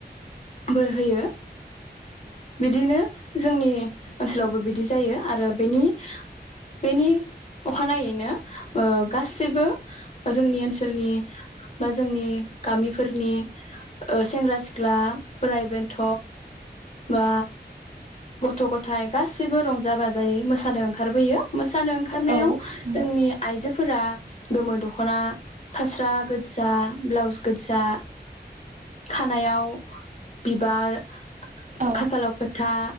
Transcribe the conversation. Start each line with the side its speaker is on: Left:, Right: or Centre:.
Left: बोर होयो बिदिनो जोंनि ओनसोलावबो बिदि जायो आरो बेनि बेनि अखानायैनो ओ गासैबो जोंनि ओनसोलनि बा जोंनि गामिफोरनि ओ सेंग्रा सिख्ला बोराइ बेन्थ बा गथ गथाय गासिबो रंजा बाजायै मोस सानो ओंखारबोयो मोसानो ओंखारनायाव
Right: औ नंगौ
Left: जोंनि आइजोफोरा गोमो दखना फास्रा गोजा ब्लाउस गोजा खानायाव बिबार
Right: औ
Left: खाफालाव फोथा